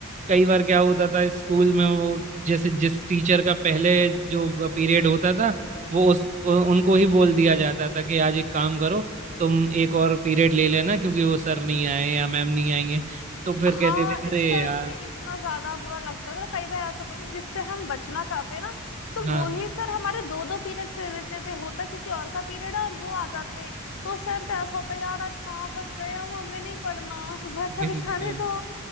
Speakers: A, on the right; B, on the left.
A: कई बार क्या होता था स्कूल में वो जैसे जिस टीचर का पहले जो पीरियड होता था वो उस उ- उनको ही बोल दिया जाता था कि आज एक काम करो तुम एक और पीरियड ले लेना क्योंकि वो सर नहीं आए या मैम नहीं आएंगे तो फिर
B: हाँ
A: कहते थे अरे
B: इस टाइम
A: यार
B: पे इतना ज्यादा बुरा लगता था तो कई बार ऐसा होता था जिससे हम बचना चाहते हैं ना तो
A: हाँ
B: वो ही
A: हाँ
B: सर हमारे दो दो पीरियड्स ले लेते थे होता किसी और का पीरियड है और वो आ जाते तो उस टाइम पे ऐसा होता यार आज कहाँ फंस गए हम हमें नहीं पढ़ना <laughs> बस
A: बिल्कुल
B: अभी जाने दो